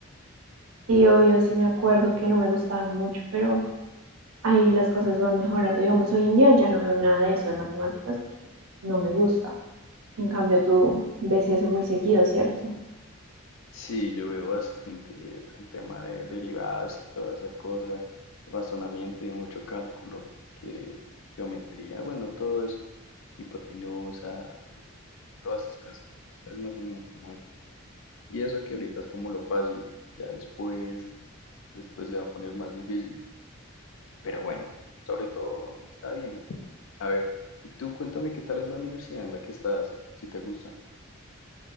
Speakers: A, on the right; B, on the left.
A: Sí, obvio, sí me acuerdo que no me gustaban mucho, pero ahí las cosas van mejorando. Digamos, hoy en día ya no veo nada de eso de matemáticas porque pues, no me gusta. En cambio, tú ves eso muy seguido, ¿cierto?
B: Sí, yo veo bastante el tema de derivadas y toda esa cosa, razonamiento y mucho cálculo, que geometría, bueno, todo eso, hipotenusa, todas esas cosas, tú sabes más o menos cómo es. Y eso que ahorita es como lo fácil, ya después, después se va a poner más difícil. Pero bueno, sobre todo está bien. A ver, y tú cuéntame qué tal es la universidad en la que estás, si te gusta.